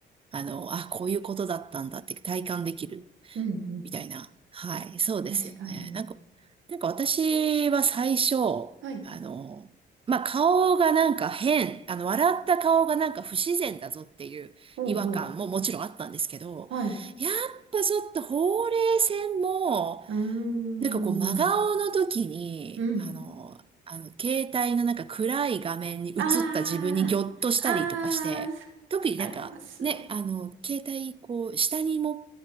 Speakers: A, on the right (about 25°); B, on the right (about 75°).
A: あの、あ、こういうことだったんだって体感できる
B: うんうん。
A: みたいな。はい、そうですよね。
B: 確かに。
A: なんか、なんか私は最初、
B: はい
A: あの、まあ、顔がなんか変、あの、笑った顔がなんか不自然だぞっていう違和感ももちろんあったんですけど、
B: おうおう。はい。
A: やっぱちょっとほうれい線も、
B: うーん。
A: なんかこう、真顔の時に、
B: うん。
A: あの、あの、携帯のなんか暗い画面に映った自分にギョッとしたりとかして、
B: ああ、あ
A: 特になんか、
B: あ、あります。
A: ね、あの、携帯、こう、下に持っ